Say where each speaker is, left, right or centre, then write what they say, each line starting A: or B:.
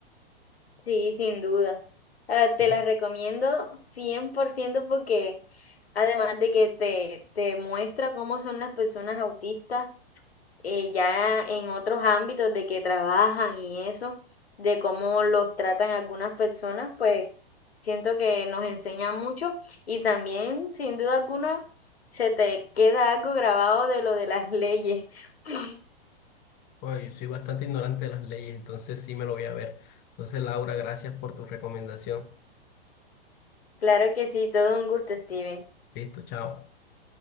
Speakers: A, on the left; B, on the left.
A: Sí, sin duda. Ah, te
B: Mm.
A: la recomiendo 100% porque además de que te, te muestra cómo son las personas autistas eh, ya en otros ámbitos de que trabajan y eso, de cómo los tratan algunas personas, pues siento que nos enseña mucho y también, sin duda alguna, se te queda algo grabado de lo de las leyes. <laughs>
B: Bueno, yo soy bastante ignorante de las leyes, entonces sí me lo voy a ver. Entonces, Laura, gracias por tu recomendación.
A: Claro que sí, todo un gusto, Steven.
B: Listo, chao.